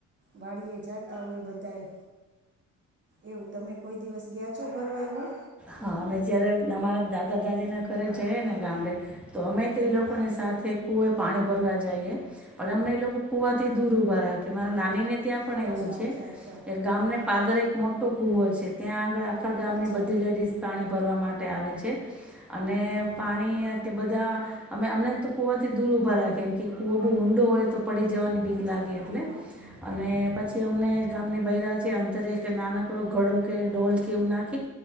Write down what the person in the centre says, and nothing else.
હા, અમે જયારે અમારા દાદા દાદી ના ઘરે જઈએ, ને ગામડે તો અમે તો
એ લોકોની સાથે કુએ પાણી ભરવા જઈએ, પણ એમને એ લોકો કુવાથી દૂરઊભા રહે. મારા નાનીને ત્યાં પણ
એવું છે,
કે ગામને પા--દર એક મોટું કુવો છે, ત્યાં આગળ આખા ગામની
બધા પંચાત કરે છે. લેડીઝ પાણી ભરવા માટે આવે છે. અને
પાણી અ બધા અમે અમને તો કુવા થી દૂર ઉભા રાખે કેમ કે, કુવો બહુ ઊંડો હોય તો. પડી જવાની બીક
લાગે.
એટલે
અને પછી, અમને ગામને બ રહ્યા છે. અંદર એક નાનકડો ઘડો કે ડોલ કે, એવું નાખી